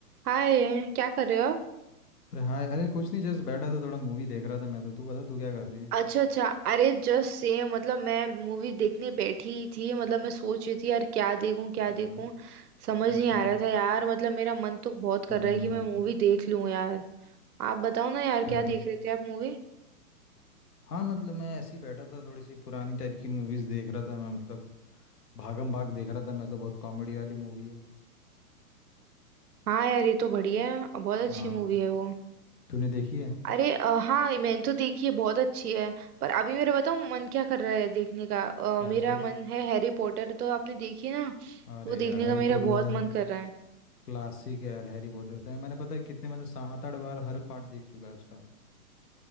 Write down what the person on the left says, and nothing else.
अरे हाँ अरे कुछ नहीं जस्ट बैठा था थोड़ा मूवी देख रहा था मैं तो तू बता तू क्या कर रही है
हम्म
अच्छा
हम्म
अच्छा
हाँ मतलब मैं ऐसे ही बैठा था थोड़ी सी पुरानी टाइप की मूवीज़ देख रहा था मैं मतलब भागम भाग देख रहा था मैं तो बहुत कॉमेडी वाली मूवी है
हाँ
तूने देखी है
क्या
चीज़
अरे
यार
हैरी
पॉटर
तो यार
क्लासिक है यार हैरी पॉटर तो मैंने पता है कितने मतलब सात आठ बार हर पार्ट देख चुका है उसका